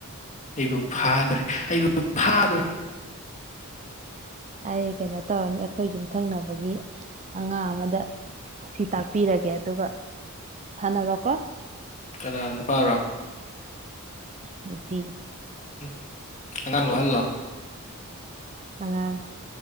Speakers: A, on the left (about 30°); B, on the right (about 30°).
A: ꯑꯩꯕꯨ ꯐꯥꯗ꯭ꯔꯦ ꯑꯩꯕꯨ ꯑꯗꯨ ꯐꯥꯗꯣꯔꯦ
B: ꯑꯩ ꯀꯩꯅꯣ ꯇꯧꯔꯅꯤ ꯑꯩꯈꯣꯏ ꯌꯨꯝꯊꯪꯅꯕꯒꯤ ꯑꯉꯥꯡ ꯑꯃꯗ ꯁꯤ ꯇꯥꯛꯄꯤꯔꯒꯦ ꯑꯗꯨꯒ ꯁꯥꯟꯅꯔꯣꯀꯣ
A: ꯀꯅꯥ ꯅꯨꯄꯥꯔꯣ
B: ꯅꯨꯄꯤ
A: ꯎꯝ ꯑꯉꯥꯡ ꯂꯨꯍꯜꯂꯣ
B: ꯑꯉꯥꯡ